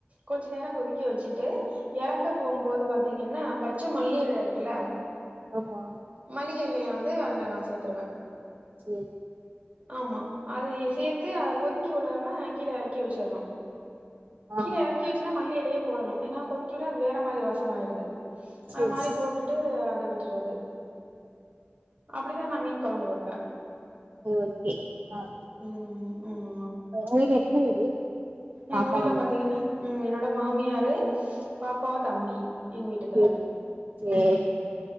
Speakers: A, on the right; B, on the right.
A: கொஞ்ச நேர கொதிக்க வச்சிட்டு யறக்க போம்போது பாத்தீங்கன்னா பச்ச மல்லி இழ இருக்குல
B: ஆமா
A: மள்ளிகை இலைய வந்து அதுல நா சேத்துருவே
B: ச்சேய்
A: ஆமா அதயே சேத்து அத கொதிக்க விடாம கீழ மறக்கி வச்சிர்ணு
B: ஆ
A: கீழ யறக்கி வச்சிது மல்லியிலேயே போடணு ஏன்னா கொதிக்கிவிட அது வேற மாரி வாசோ ஆய்டுது
B: சேரி
A: அது மாரி
B: சேரி
A: போட்டுட் ட்டு அதை விட்டுறது அப்படிதா நான் மீன் கொழம்பு வெப்பே
B: ஓஒக்கே ஆ
A: ம் ம்
B: ஆ உயிர் எத்ன பேரு பாப்பா
A: எங்க வீட்ல
B: உண்டு
A: பாத்தீங்கன்னா உம் என்னோட மாமியாரு பாப்பாவ் தம்பி எங்க வீட்டுக்காரு
B: சேரி சேரி